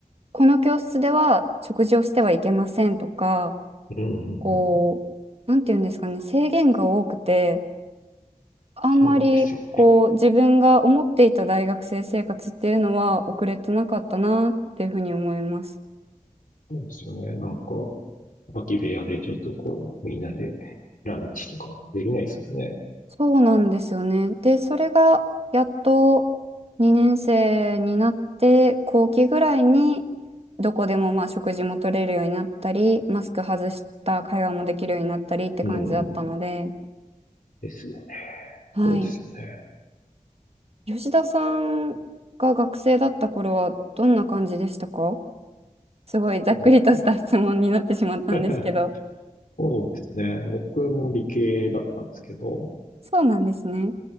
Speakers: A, on the right; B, on the left.
A: この教室では食事をしてはいけませんとか、
B: うんうんうん。
A: こう、なんていうんですかね、制限が多くて、あんまりこう自分が思っていた大学生生活っていうのは遅れてなかったなっていうふうに思います。
B: そうですよね。そうですよね。なんか、空き部屋でちょっとこう、みんなでランチとかできないですよね。
A: そうなんですよね。で、それがやっと2年生になって後期ぐらいにどこでもまあ食事も取れるようになったり、マスク外した会話もできるようになったりって感じだったので、
B: うん。ですよね。
A: はい。
B: そうですよね。
A: 吉田さんが学生だった頃はどんな感じでしたかすごいざっくりとした質問になってしまったんですけど。
B: 僕 <laughs> そうですね。僕も理系だったんですけど、
A: そうなんですね。